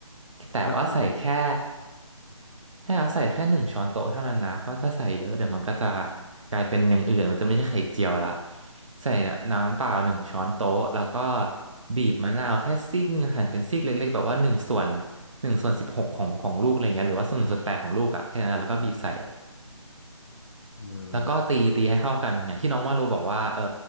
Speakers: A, on the right; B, on the left.
A: แต่ว่าใส่แค่
B: น้ำตาลไหม
A: ใช่ครับใส่แค่หนึ่งช้อนโต๊ะเท่านั้นนะเพราะถ้าใส่เยอะเดี๋ยวมันก็จะกลายเป็นอย่างอื่นมันจะไม่ใช่ไข่เจียวละใส่น้ำเปล่าหนึ่งช้อนโต๊ะแล้วก็บีบมะนาวแค่ซีกหนึ่งหั่นเป็นซีกเล็กๆแบบว่าหนึ่งส่วนหนึ่งส่วนสิบหกของของลูกอะไรเงี้ยหรือว่าส่วนหนึ่งส่วนแปดของลูกอะแค่นั้นแล้วก็บีบใส่
B: อืม
A: แล้วก็ตีตีให้เข้ากันอย่างที่น้องว่าโลบอกว่าเออ